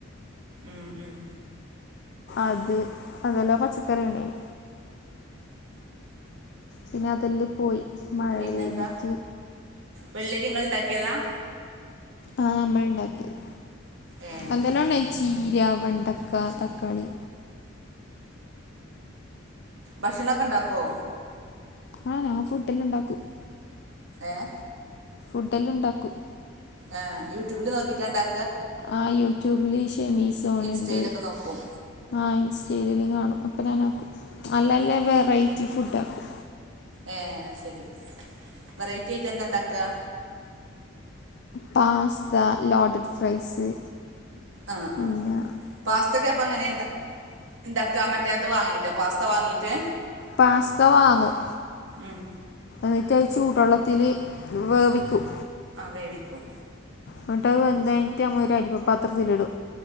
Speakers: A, on the right; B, on the left.
A: ഉം ഉം.
B: അത് അതെല്ലാം പച്ചക്കറി ണ്ടായിനി. പിന്നെ അതെല്ല് പോയി. മഴ
A: പിന്നെന്താ
B: പെയ്തിട്ട്
A: വെള്ളരി ങ്ങള് ണ്ടാക്കിയതാ?
B: ആഹ്‌ നമ്മള് ണ്ടാക്കിയത്
A: ഏ
B: യന്തല്ലോം ഉണ്ടയ് ചീര വണ്ടക്ക
A: അത് ശരി
B: തക്കാളി
A: ഭക്ഷണക്കെ ണ്ടാക്കുവൊ?
B: ആ ഞാം ഫുഡ് ‌ല്ലാണ്ടാക്കും.
A: ഏഹ്‌?
B: ഫുഡല്ലാണ്ടാക്കും.
A: ആ യൂട്യൂബില്നോക്കീട്ടണ്ടാ
B: ആഹ്‌ യൂട്യൂബില് ഈ ഷെമിസൊണിന്റെ
A: ഇൻസ്റ്റയിലൊക്കെ നോക്കും
B: ആ ഇൻസ്റ്റലല് കാണും അപ്പൊ ഞാനക്കും നല്ല ല്ല വെറൈറ്റി ഫുഡ് ആക്കും.
A: ഏഹ്‌ സെരി, വെറൈറ്റ്യായിട്ട് എന്താ ണ്ടാക്ക്ആ?
B: Pasta ലോടർ fries.
A: ആ
B: പിന്നെ
A: ആ ആ. പാസ്തക്കെ പ്പൊ എങ്ങനേ ണ്ടാ ണ്ടാക്കാ മറ്റേ അത് വാങ്ങിയിട്ടോ പാസ്ത വാങ്ങിയിട്ട്
B: പാസ്ത വാങ്ങും.
A: ഉം
B: ന്നിട്ട് അയ് ചൂടെള്ളത്തില് വേവിക്കും.
A: ആ വേവിക്കും.
B: ന്നിട്ടത് വെന്ത്ഴിഞ്ഞിട്ട് നമ്മ ഒരു അരിപ്പ പാത്രത്തിലിടും.